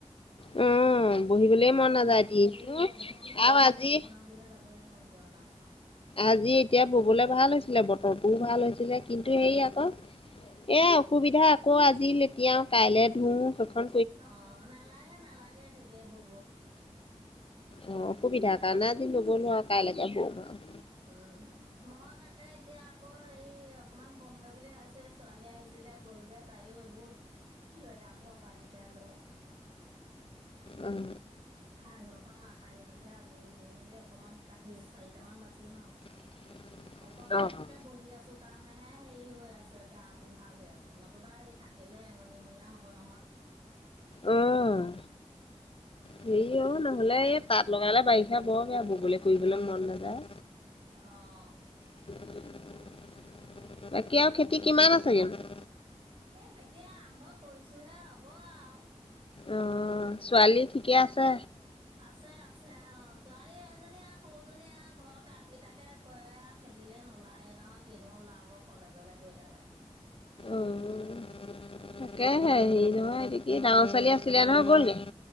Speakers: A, on the left; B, on the right.
A: উম। বহিবলে
B: এতিয়া
A: মন নাযায়
B: আজৰি
A: দিনটো
B: পিজৰি হয়, দেখোন
A: আৰু আজি
B: তাতখনৰ গুৰিলে যাবলে মন যোৱা নাই।
A: আজি এতিয়া ববলে ভাল হৈছিলে, বতৰটোও ভাল হৈছিলে, কিন্তু হেৰি আক এ, অসুবিধা আকৌ, আজি লেতিয়াও কাইলে ধুও, সেখন
B: অ, নালাগে, নালাগে সেদে বব
A: অ, অসুবিধাৰ কাৰণে আজি বব নোৱাৰো, কাইলে বৌম আউ
B: উম, মই তাকে এতিয়া আকৌ এই অকমান বমগে বুলি ভাবিছো, এই ছোৱালী আহিছিলে গ'লগে তাইও এইবোত জেগাবোৰ আতাই, পিটাই লওঁ।
A: উম।
B: ঠাই ঘৰখন সাৰি মেলি আজৰি হৈ, মেলি, অকমান কাঠি চাৰিটামান বাচিম আউ।
A: <unintelligible>
B: অকন, অকনকে
A: অ'।
B: বহি আছো। কাৰণেহে হেৰি হৈ আছে, গাবোৰ ভাল হৈ আছে, নতুবা সেই থাকিলে এঙনিমূৰীয়া হ'ব, নহয়।
A: উম, হেৰি অ, নহ'লে
B: সেইকাৰণে
A: এই তাত লগালে বাৰিষা বৰ বেয়া, ববলে কৰিবলে মন নাযায়।
B: অ'।
A: বাকী আৰু খেতি কিমান আছেগে নো।
B: এই, খেতি আৰম্ভ কৰিছোহে হ'ব, আউ।
A: অ ছোৱালী ঠিকে আছে
B: আছে আছে অ ছোৱালী এজনী আৰু সৰুজনী আৰু ঘৰৰ কাম গেটাকে কৰে আ খেতিলে নোলায়ে নহয় কিনো ওলাব কলেজলে গৈ থাকে
A: উম তাকেহে হেৰি নহয় এইটো কি ডাঙৰ ছোৱালী আছিলে নহয় গ'ল নি